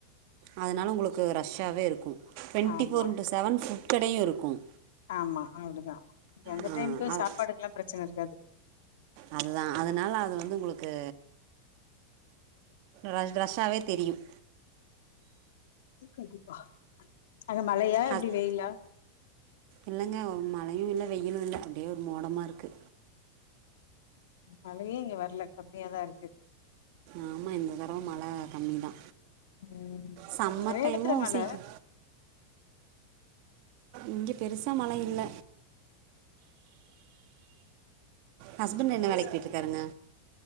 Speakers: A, on the right; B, on the left.
A: அதனால உங்களுக்கு ரஷ்ஷாவே இருக்கும் ட்வெண்ட்டி
B: ஆமா
A: ஃபோர் இன்டு செவன் ஃபுட்கடயு இருக்கும்
B: ஆமா அப்டிதா எந்த
A: ஆ,
B: டைம்க்கு
A: அ-
B: சாப்பாடுக்கிலா பிரச்சன இருக்காது
A: அதுதா அதனால அது வந்து உங்களுக்கு ரஷ் ரஷ்ஷாவே தெரியும்
B: கண்டிப்பா அங்க மழையா
A: ஹஸ்
B: எப்டி வெயிலா
A: இல்லங்க ஒ மழையு இல்ல வெயிலு இல்ல அப்டியே ஒரு மோடமா இருக்கு
B: மழையே இங்க வர்ல கம்மியாதா இருக்கு
A: ஆமா இந்த தடவ மழ கம்மிதா
B: ம்
A: சம்மர்
B: நெறைய
A: டைமு
B: எடத்துல மழ
A: சீக்கி இங்க பெருசா மழ இல்ல ஹஸ்பண்ட்
B: சேரி
A: என்ன வேலைக்கு போயட்டுருக்காங்க